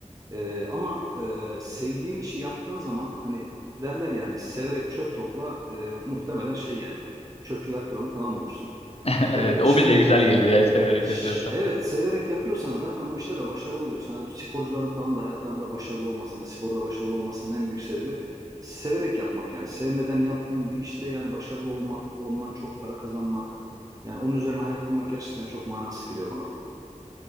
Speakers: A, on the right (about 25°); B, on the left (about 50°).
A: E, ama e, sevdiğin işi yaptığın zaman hani derler yani severek çöp topla e, muhtemelen şey yani hani çöpçüler kralı falan olursun.
B: <laughs>
A: E,
B: Evet o
A: şimdi...
B: bile güzel gelir yani severek
A: Ş-
B: yapıyorsa.
A: Evet, severek yapıyorsan zaten o işte de başarılı oluyorsun. Hani bu sporcuların falan da hayatlarında başarılı olmasının, sporda başarılı olmasının en büyük sebebi severek yapmak yani. Sevmeden yaptığın bir işte yani başarılı olmak, ondan çok para kazanmak, yani onun üzerine hayat kurmak gerçekten çok manasız geliyor bana da.